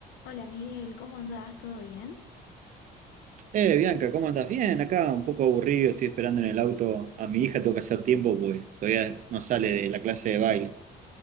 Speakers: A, on the left; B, on the right.
A: Hola Miguel, ¿cómo andás? ¿Todo bien?
B: Eh, Bianca, ¿cómo andás? Bien, acá un poco aburrido, estoy esperando en el auto a mi hija, tengo que hacer tiempo porque todavía no sale de la clase de baile.